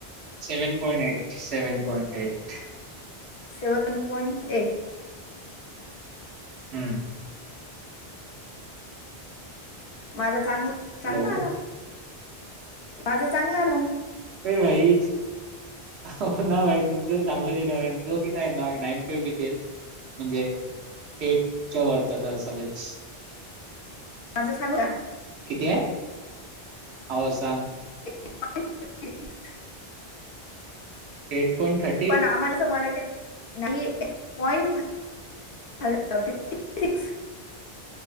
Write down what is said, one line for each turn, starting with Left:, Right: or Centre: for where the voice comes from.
Right: Seven point eight, seven point eight.
Left: Seven point eight.
Right: हम्म.
Left: माझा चांग, चांगला
Right: हॅलो
Left: आला, माझा चांगला आला मग.
Right: ये भाईच, हो ना भाई. तुमचं चांगलं येणार आहे, तो किथ आहे ना नाईन फाईव्ह किथे, म्हणजे एटच्या वार्तात असालच.
Left: माझं सांगू का?
Right: किती हाय? हो सांग.
Left: <unintelligible>
Right: Eight point thirty.
Left: पण आम्हाला अस मराठीत, नाही एक point thirty fifty. Six